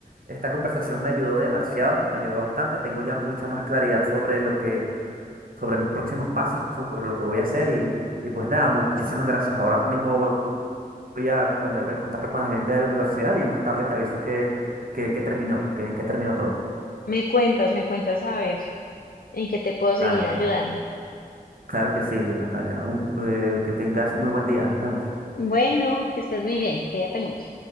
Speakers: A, on the right (about 65°); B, on the left (about 75°).
A: esta conversación me ayudó demasiado, me ayudó bastante. Tengo ya mucha más claridad sobre lo que, sobre mis próximos pasos, sobre lo que voy a hacer y, y pues nada, muchísimas gracias. Ahora mismo voy voy a ponerme en contacto con la gente de la universidad y más tarde te aviso que, que, que terminó, que en qué terminó todo.
B: me cuentas, me cuentas a ver en qué te puedo seguir
A: Dale,
B: ayudando.
A: claro. Claro que sí, Natalia. Un- eh, que tengas muy buen día. Nos vemos.
B: Bueno, que estés muy bien. Cuídate mucho.